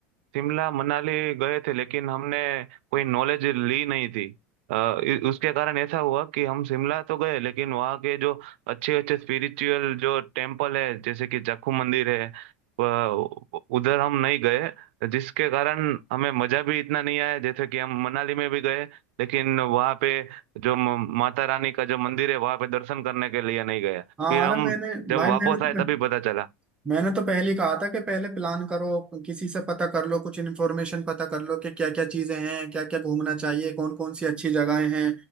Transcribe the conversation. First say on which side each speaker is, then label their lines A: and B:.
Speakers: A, on the right; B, on the right.
A: शिमला मनाली गए थे लेकिन हमने कोई नॉलेज ली नहीं थी अ, इ- उसके कारण ऐसा हुआ कि हम शिमला तो गए लेकिन वहाँ के जो अच्छे अच्छे स्पिरिचुअल जो टेम्पल है जैसे कि जाखू मंदिर है व- उधर हम नहीं गए जिसके कारण हमें मजा भी इतना नहीं आया जैसे कि हम मनाली में भी गए लेकिन वहाँ पे जो म- माता रानी का जो मंदिर है वहाँ पे दर्शन करने के लिए नहीं गए
B: हाँ
A: फिर हम
B: अरे मैंने
A: जब
B: भाई
A: वापस
B: मैंने
A: आए
B: तो
A: तभी पता चला
B: मैंने तो पहले ही कहा था कि पहले प्लान करो किसी से पता कर लो कुछ इन्फॉर्मेशन पता कर लो कि क्या क्या चीजें हैं क्या क्या घूमना चाहिए कौन कौन सी अच्छी जगहें हैं